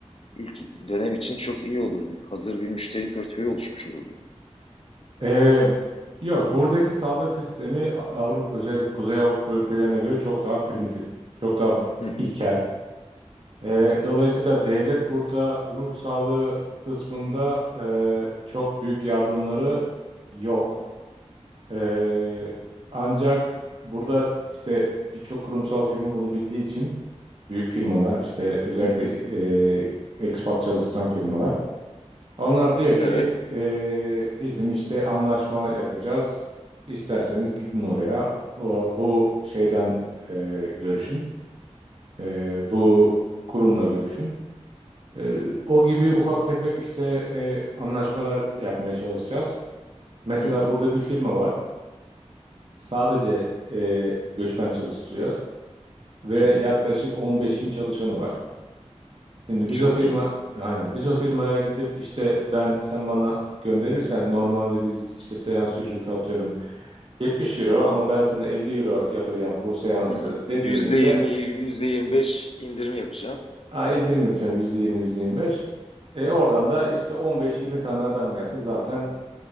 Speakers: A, on the left; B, on the right.
A: ilk dönem için çok iyi olurdu. Hazır bir müşteri portföyü oluşmuş olurdu.
B: Ee, yok buradaki sağlık sistemi A- Avrupa özellikle Kuzey Avrupa ülkelerine göre çok daha primitif, çok daha b-
A: Hı hı,
B: ilkel. Ee, dolayısıyla devlet burada ruh sağlığı kısmında e, çok büyük yardımları yok. Ee, ancak burada işte birçok kurumsal firma bunu bildiği için büyük firmalar işte özellikle
A: hı hı.
B: e, expat çalıştıran firmalar. Onlar diyor ki
A: Evet.
B: e, bizim işte anlaşma yapacağız. İsterseniz gidin oraya. O, bu şeyden e, görüşün. E, bu kurumla görüşün. E, o gibi ufak tefek işte e, anlaşmalar yapmaya çalışacağız. Mesela
A: Hı hı,
B: burada bir firma var. Sadece e, göçmen çalıştırıyor ve
A: hı hı.
B: yaklaşık 15 bin çalışanı var. Şimdi
A: Çok
B: biz o firma
A: iyi.
B: aynen biz o firmaya gidip işte ben sen bana gönderirsen normalde biz işte seans ücreti atıyorum 70 euro ama ben sana 50 euro yapacağım bu seansı
A: Hı hı.
B: dediğimizde
A: %20, %25 indirim yapacağım.
B: "Aa, indirim yapacağım %20 %25. E, oradan da işte 15-20 tane adam gelse zaten